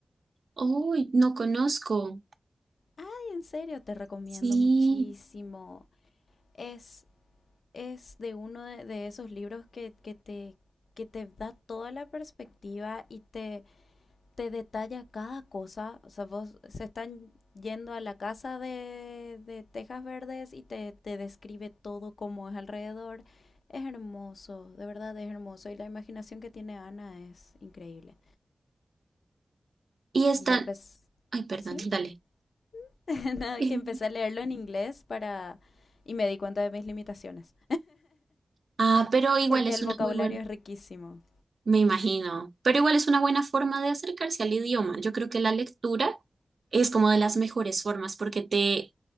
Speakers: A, on the right; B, on the left.
A: Uy, no conozco.
B: Ay, en serio, te recomiendo
A: Sí.
B: muchísimo. Es, es de uno de, de esos libros que, que te, que te da toda la perspectiva y te te detalla cada cosa. O sea, vos se están yendo a la casa de, de Tejas Verdes y te, te describe todo como es alrededor. Es hermoso, de verdad es hermoso. Y la imaginación que tiene Ana es increíble.
A: Y están...
B: Y yo empecé,
A: Ay, perdón,
B: ¿sí?
A: dale.
B: <laughs> Nada,
A: <laughs>
B: que empecé a leerlo en inglés para... y me di cuenta de mis limitaciones.
A: Ah, pero igual
B: Porque
A: es
B: el
A: una
B: vocabulario
A: muy buena.
B: es riquísimo.
A: Me imagino, pero igual es una buena forma de acercarse al idioma. Yo creo que la lectura es como de las mejores formas porque te,